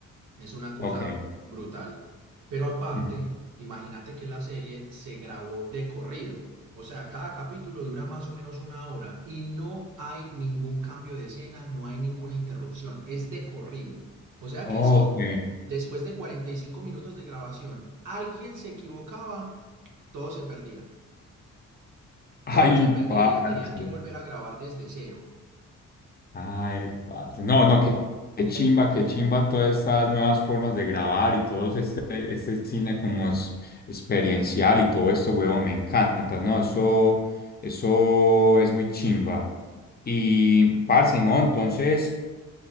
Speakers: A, on the right (about 80°); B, on the left (about 30°).
A: es una
B: Ok.
A: cosa brutal. Pero aparte,
B: Ujú.
A: imagínate que la serie se grabó de corrido. O sea, cada capítulo dura más o menos una hora y no hay ningún cambio de escena, no hay ninguna interrupción, es de corrido. O sea
B: Ok.
A: que Mm. si después de 45 minutos de grabación alguien se equivocaba, todo se perdía.
B: Ay,
A: Todo se perdía
B: parce.
A: y la tenían que volver a grabar desde cero.
B: Ay, parce. No,
A: Parce,
B: no, qué, qué
A: Y
B: chimba,
A: ahí, ca-
B: qué chimba todas estas nuevas formas de grabar y todo
A: sí.
B: este, este cine como es experiencial y todo esto, huevón, me encanta, ¿no? Eso, eso es muy chimba. Y, parce, ¿no? Entonces,